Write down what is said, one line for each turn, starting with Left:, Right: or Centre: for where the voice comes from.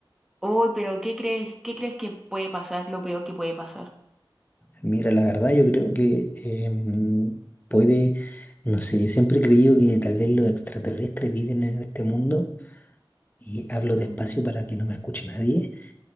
Centre: uy, pero ¿qué crees? ¿Qué crees que puede pasar? Lo peor que puede pasar.
Left: Mira, la verdad yo creo que em, puede, no sé, yo siempre he creído que tal vez los extraterrestres viven en este mundo y hablo despacio
Centre: Ujú.
Left: para que no me escuche nadie